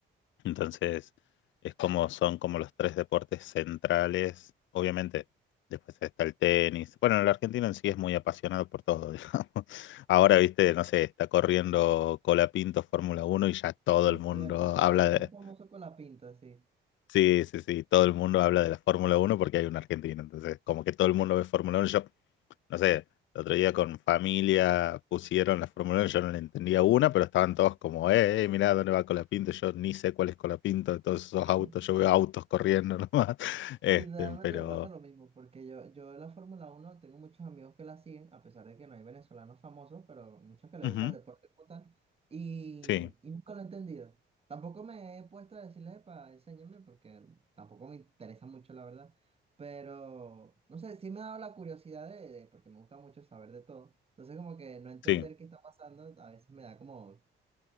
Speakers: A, on the left; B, on the right.
A: Entonces, es como son como los tres deportes centrales. Obviamente, después está el tenis. Bueno, el argentino en sí es muy apasionado por todo, <laughs> digamos. Ahora, viste, no sé, está corriendo Colapinto Fórmula Uno y ya todo
B: Ah,
A: el
B: cierto,
A: mundo
B: se
A: habla
B: volvió
A: de...
B: muy famoso con la pinta, sí.
A: Sí, sí, sí, todo el mundo habla de la Fórmula Uno porque hay un argentino. Entonces, como que todo el mundo ve Fórmula Uno. Yo no sé, el otro día con familia pusieron la Fórmula 1, yo no le entendía una, pero estaban todos como, eh, eh, mirá dónde va Colapinto, yo ni sé cuál es Colapinto de todos esos
B: <laughs>
A: autos, yo veo autos corriendo nomás. <laughs> Este,
B: Literalmente
A: pero,
B: me pasa lo mismo, porque yo, yo la Fórmula uno tengo muchos amigos que la siguen, a pesar de que no hay venezolanos famosos, pero muchos que les
A: ujú,
B: gusta el deporte como tal, y,
A: sí,
B: y nunca lo he entendido. Tampoco me he puesto a decirles, para enséñenme, porque tampoco me interesa mucho, la verdad, pero no sé, sí me ha dado la curiosidad de, de- porque me gusta mucho saber de todo. Entonces, como que no entender
A: sí.
B: qué está pasando, a veces me da como,